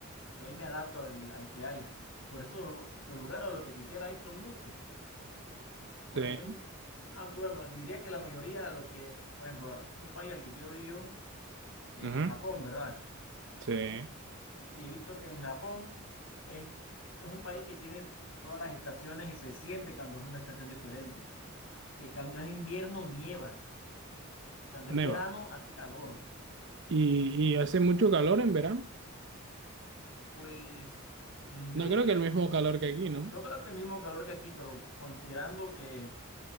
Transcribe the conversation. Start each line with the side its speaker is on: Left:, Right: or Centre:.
Left: yo ahí me adapto al, al que haya. Por eso los lugares a los que quisiera ir son muchos. Por
Right: Sí,
Left: ejemplo, aunque bueno, diría que la mayoría, lo que, por ejemplo, un país al que quiero ir yo, es
Right: ujú,
Left: Japón, ¿verdad?
Right: sí,
Left: Y he visto que en Japón es, es un país que tiene todas las estaciones y se siente cuando es una estación diferente. que cuando es invierno nieva y cuando
Right: nevado.
Left: es verano hace calor.
Right: Y, y hace mucho calor en verano.
Left: Pues mm, yo
Right: No
Left: diría,
Right: creo que el mismo calor que aquí, ¿no?
Left: no creo que el mismo calor que aquí, pero considerando que